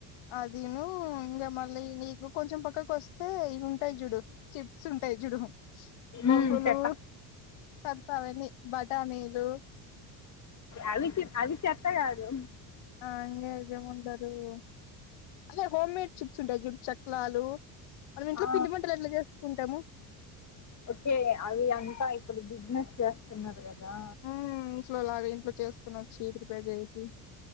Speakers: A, on the left (about 70°); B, on the left (about 35°).
A: అదీను ఇంకా మళ్ళీ నీకు కొంచెం పక్కకి వస్తే ఉంటాయి చూడు చిప్స్ ఉంటాయి చూడు బొంగులు
B: ఉమ్, చెత్త
A: చెత్త అవన్నీ బటానీలు
B: అవి చె అవి చెత్త కాదు
A: ఆ ఇంకేం <unintelligible> అదే హోమ్ మేడ్ చిప్స్ ఉంటాయి చూడు చెకలాలు మళ్లీ ఇంట్లో
B: ఆ,
A: పిండి వంటలు ఎట్లా చేసుకుంటాము
B: ఓకే అవి అంతా ఇప్పుడు బిజినెస్ చేస్తున్నారు కదా
A: ఉమ్ ఇంట్లో లాగా ఇంట్లో చేసుకుని వచ్చి ప్రిపేర్ చేసి